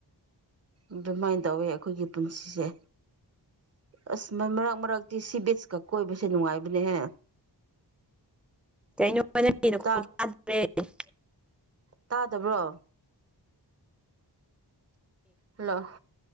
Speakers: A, on the right; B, in the centre.
A: ꯑꯗꯨꯃꯥꯏꯅ ꯇꯧꯋꯤ ꯑꯩꯈꯣꯏꯒꯤ ꯄꯨꯟꯁꯤꯁꯦ ꯑꯁ ꯃꯔꯛ ꯃꯔꯛꯇꯤ ꯁꯤ ꯕꯤꯁꯀ ꯀꯣꯏꯕꯁꯦ ꯅꯨꯡꯉꯥꯏꯕꯅꯦꯍꯦ
B: ꯀꯩꯅꯣ ꯅꯪꯒꯤ ꯅꯈꯣꯟ
A: ꯇꯥ
B: ꯇꯥꯗ꯭ꯔꯦ <unintelligible>
A: ꯇꯥꯗꯕ꯭ꯔꯣ ꯍꯜꯂꯣ